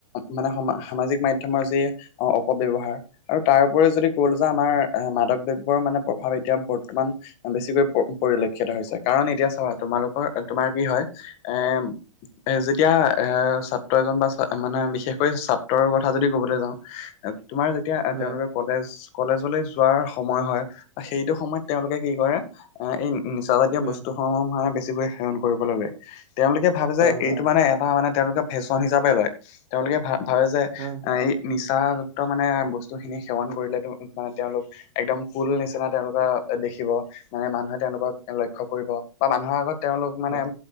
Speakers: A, on the left; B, on the right.
A: মানে সমা-সামাজিক মাধ্যমৰ যি অ' অপব্যৱহাৰ আৰু তাৰ উপৰি যদি গ'বলে যাওঁ, আমাৰ মাদক দ্ৰব্যৰ মানে প্ৰভাৱ এতিয়া বৰ্তমান বেছিকৈ পৰিলক্ষিত হৈছে, কাৰণ এতিয়া চাবা তোমালোকৰ-তোমাৰ কি হয়, এ <inaudible> এ যেতিয়া, এ ছাত্ৰ এজন বা-মানে বিশেষকৈ ছাত্ৰৰ কথা যদি ক'বলৈ যাওঁ তোমাৰ যেতিয়া
B: হয়,
A: তেওঁলোকে কলেজ-কলেজলৈ যোৱাৰ সময় হয় বা সেইটো সময়ত তেওঁলোকে কি কৰে, এ এই নিচাজাতীয়
B: হয়,
A: বস্তুসমূহ মানে বেছিকৈ সেৱন কৰিবলৈ লয়। তেওঁলোকে ভাৱে যে
B: অ',
A: এইটো
B: অ',
A: মানে এটা মানে তেওঁলোকে ফেশ্বন হিচাপে লয়, তেওঁলোকে ভা-ভাবে যে
B: উম
A: এই নিচাযুক্ত মানে বস্তুখিনি সেৱন কৰিলে মানে তেওঁলোক একদম কুল নিচিনা তেওঁলোকক দেখিব, মানে মানুহে তেওঁলোকক লক্ষ্য কৰিব বা মানুহৰ আগত তেওঁলোক মানে
B: হয়